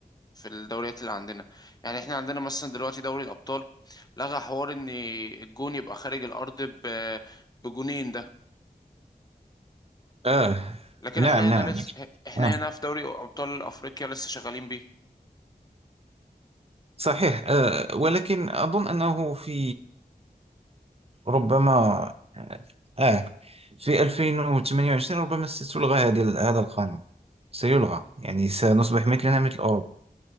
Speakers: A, on the left; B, on the right.
A: في الدوريات اللي عندنا يعني احنا عندنا مثلا دلوقتي دوري الابطال لغى حوار ان الجون يبقى خارج الارض ب... بجونين ده
B: آه
A: لكن
B: نعم
A: احنا هنا
B: نعم
A: لسه احنا
B: آه
A: هنا في دوري ابطال افريقيا لسه شغالين بيه
B: صحيح آه ولكن أظن أنه في ربما آه آه، في 2028 ربما ستلغى هذه هذا القانون سيلغى يعني سنصبح مثلنا مثل أوروبا